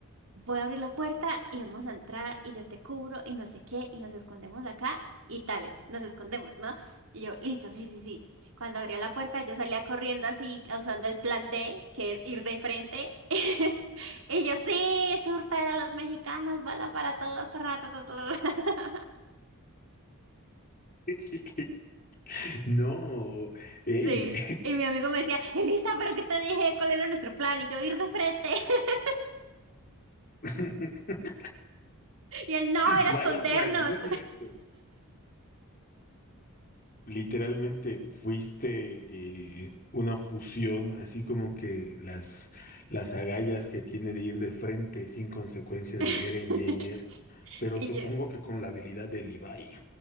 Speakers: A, on the right; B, on the left.
A: voy a abrir la puerta y vamos a entrar y yo te cubro y no sé qué y nos escondemos acá y tales, nos escondemos, ¿no? Y yo, listo, sí, sí, sí. Cuando abría la puerta yo salía corriendo así, usando el plan D, que es ir de frente. <laughs> Y yo, sí, surta a los mexicanos, bala para todos. tra, tra, tra, tra, tra". <laughs>
B: <laughs> No, ey.
A: Sí. Y mi amigo me decía, Elisa, ¿pero qué te dije? ¿Cuál era nuestro plan? Y yo, ir de frente. <laughs>
B: <laughs>
A: Y él, no, era
B: Vaya
A: escondernos.
B: plan, muy directo. Literalmente fuiste eh, una fusión, así como que las, las agallas que tiene de ir de frente sin consecuencias
A: <laughs>
B: de Eren Jaeger, pero
A: Y
B: supongo
A: yo,
B: que con la habilidad de Levi.